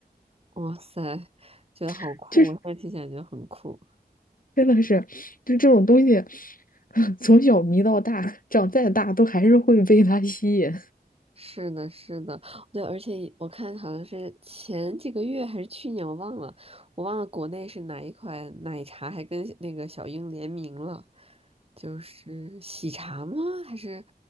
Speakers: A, on the right (about 35°); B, on the left (about 55°).
A: 哇塞，觉得好酷！
B: <laughs> 就是
A: 我现在听起来觉得很酷。
B: 真的是，就这种东西，<laughs> 从小迷到大，长再大都还是会被它吸引。
A: 是的，是的，对，而且我看好像是前几个月还是去年，我忘了，我忘了国内是哪一款奶茶还跟那个小鹰联名了，就是喜茶吗？还是